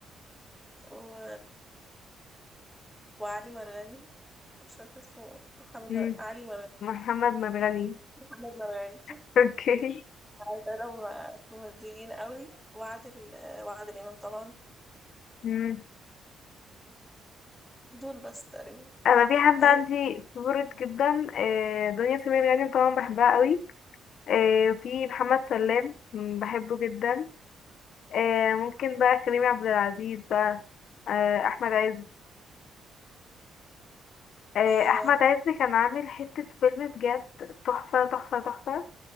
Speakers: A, in the centre; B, on the left.
A: و... وعلي مرغني مش فاكرة اسمه محمد مر...
B: مم.
A: علي مرغني
B: محمد مرغني
A: محمد مرغني
B: <laughs> اوكي
A: عارفة كوميديين قوي وعادل وعادل إمام طبعا
B: مم.
A: دول بس تقريبا
B: انا في حد
A: أيوة
B: عندي فيفورت جدا آه، دنيا سمير غانم طبعا بحبها قوي آه، في محمد سلام مم، بحبه جدا آه، ممكن بقى كريم عبد العزيز بقى آه، احمد عز آه،
A: أيوة
B: احمد عز كان عامل حتة فيلم بجد تحفة تحفة تحفة